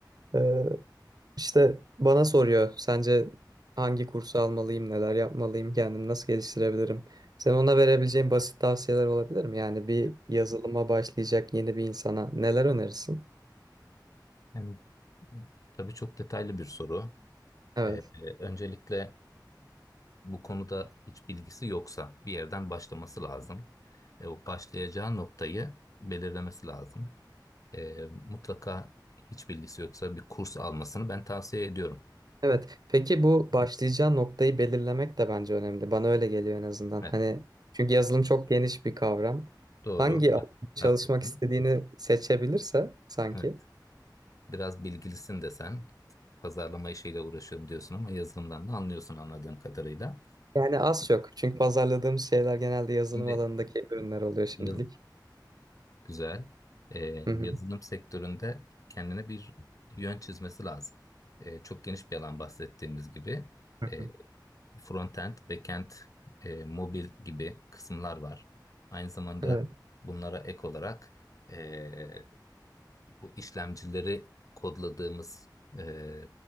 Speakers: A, on the right; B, on the left.
A: Ee, işte bana soruyor, sence hangi kursu almalıyım, neler yapmalıyım, kendimi nasıl geliştirebilirim? Sen ona verebileceğin basit tavsiyeler olabilir mi? Yani bir
B: Evet.
A: yazılıma başlayacak yeni bir insana neler önerirsin?
B: Yani, tabii çok detaylı bir soru.
A: Evet.
B: Ee, öncelikle bu konuda hiç bilgisi yoksa bir yerden başlaması lazım. Ee, o başlayacağı noktayı belirlemesi lazım. Ee, mutlaka hiç bilgisi yoksa bir kurs almasını ben tavsiye ediyorum.
A: Evet. Peki bu başlayacağı noktayı belirlemek de bence önemli. Bana öyle geliyor en azından.
B: Evet,
A: Hani çünkü yazılım çok geniş bir kavram.
B: doğru.
A: Hangi alanda çalışmak
B: Haklısın.
A: istediğini seçebilirse sanki.
B: Evet. biraz bilgilisin desen pazarlama işiyle uğraşıyorum diyorsun ama yazılımdan da anlıyorsun anladığım kadarıyla.
A: Yani az çok. Çünkü pazarladığımız şeyler genelde yazılım
B: Şimdi
A: alanındaki ürünler oluyor şimdilik.
B: yaz, güzel. Ee,
A: Hı hı.
B: yazılım sektöründe kendine bir yön çizmesi lazım. Ee, çok geniş bir alan bahsettiğimiz gibi.
A: Hı
B: Ee,
A: hı.
B: frontend, backend, e, mobil gibi kısımlar var. Aynı zamanda
A: Evet.
B: bunlara ek olarak e, bu işlemcileri kodladığımız e,